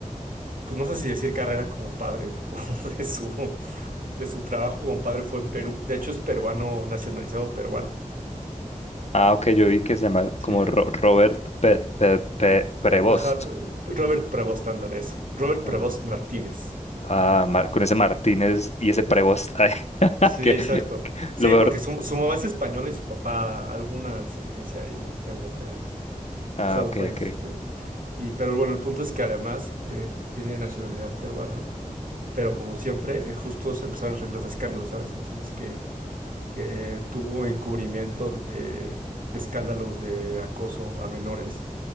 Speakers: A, on the right; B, on the left.
A: pues no sé si decir carrera como padre, <laughs> o de su, de su trabajo como padre fue en Perú. De hecho, es peruano, nacionalizado peruano.
B: ah, ok, yo vi que se llama
A: Sí.
B: como Ro- Robert Pe- Pe- Pe- Prevost.
A: Ajá, Robert Prevost, ándale eso. Robert
B: Ah,
A: Prevost Martínez.
B: Ah, Mar- con ese Martínez y ese Prevost. ay, <laughs>
A: Sí,
B: que,
A: exacto.
B: que-
A: Sí,
B: lo peor.
A: porque su, su mamá es española y su papá alguna descendencia ahí europea, creo.
B: Ah,
A: o sea,
B: ok,
A: de un país.
B: ok.
A: del- y, pero bueno, el punto es que además eh, tiene nacionalidad peruana, pero como siempre, eh, justo se empezaron a salir los escándalos, ¿sabes? Entonces que, que tuvo encubrimiento de escándalos de acoso a menores.